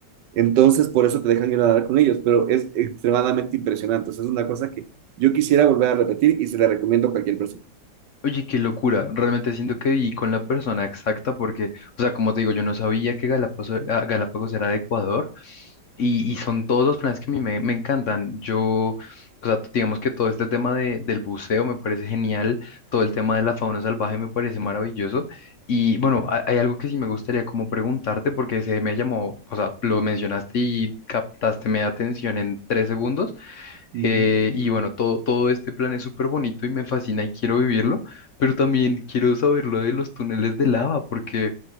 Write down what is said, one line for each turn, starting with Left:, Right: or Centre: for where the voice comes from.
Right: Entonces, por eso te dejan ir a nadar con ellos, pero es extremadamente impresionante. O sea, es una cosa que yo quisiera volver a repetir y se la recomiendo a cualquier persona.
Left: Oye, qué locura. Realmente siento que viví con la persona exacta porque, o sea, como te digo, yo no sabía que Galápagos, ah, Galápagos era de Ecuador y, y son todos los planes que a mí me, me encantan. Yo, o sea, digamos que todo este tema de, del buceo me parece genial, todo el tema de la fauna salvaje me parece maravilloso. Y bueno, ha- hay algo que sí me gustaría como preguntarte porque se me llamó, o sea, lo mencionaste y captaste mi atención en tres segundos
Right: Uh -huh.
Left: eh, y bueno, todo, todo este plan es súper bonito y me fascina y quiero vivirlo, pero también quiero saber lo de los túneles de lava, porque,